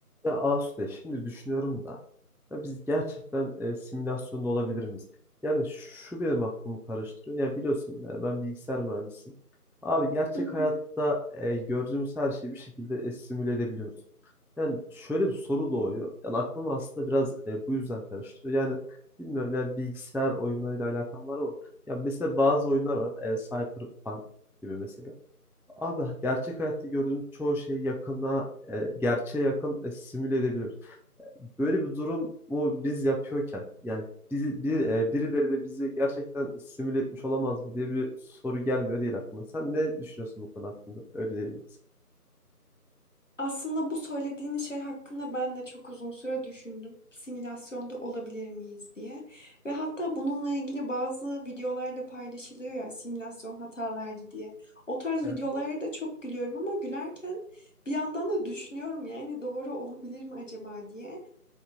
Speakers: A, in the centre; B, on the left.
A: Ya Asude şimdi düşünüyorum da ya biz gerçekten e, simülasyonda olabilir miyiz? Yani şu benim aklımı karıştırıyor. Ya biliyorsun e, ben bilgisayar mühendisiyim. Abi gerçek
B: Hı
A: hayatta
B: hı.
A: e, gördüğümüz her şeyi bir şekilde e, simüle edebiliyoruz. Yani şöyle bir soru doğuyor. Yani aklımı aslında biraz e, bu yüzden karıştırıyor. Yani bilmiyorum yani bilgisayar oyunlarıyla alakam var mı? Ya mesela bazı oyunlar var. E, Cyberpunk gibi mesela. Abi gerçek hayatta gördüğümüz çoğu şey yakına, e, gerçeğe yakın e, simüle edebilir. Böyle bir durumu biz yapıyorken yani bizi, bir, e, birileri de bizi gerçekten simüle etmiş olamaz mı diye bir soru gelmiyor değil aklıma. Sen ne düşünüyorsun bu konu hakkında? Öyle değil mi?
B: Aslında bu söylediğin şey hakkında ben de çok uzun süre düşündüm. Simülasyonda olabilir miyiz diye. Ve hatta bununla ilgili bazı videolar da paylaşılıyor ya simülasyon hata verdi diye. O tarz
A: Evet.
B: videolara da çok gülüyorum ama gülerken bir yandan da düşünüyorum yani doğru olabilir mi acaba diye.